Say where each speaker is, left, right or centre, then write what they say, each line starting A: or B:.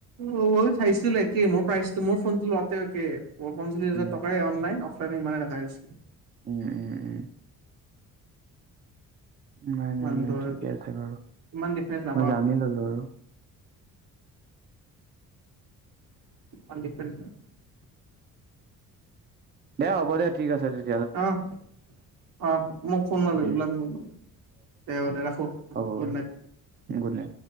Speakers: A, on the right; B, on the right.
A: <unintelligible> চাইছিলো একে, মোৰ প্ৰাইচটো মোৰ ফোনতটো লোৱাতেও একে। প-পঞ্চল্লিছ হাজাৰ
B: উম
A: টকাই অনলাইন অফ কাৰণে ইমানেই ৰখা হৈছে।
B: উম উম উম। নাই, নাই,
A: মানুহটোৰ
B: নাই, ঠিকে আছে বাৰু,
A: ইমান ডিফাৰেঞ্চ নাপাওঁ
B: মই জানি ললো আৰু।
A: <unintelligible>
B: দে হ'ব দে, ঠিক আছে তেত
A: অ', অ', মোক ফোন মাৰিবি
B: উম।
A: ওলাবি মোৰ লগত। দে হব দে ৰাখোঁ,
B: হ'ব বাৰু
A: গুড নাইট।
B: Good night.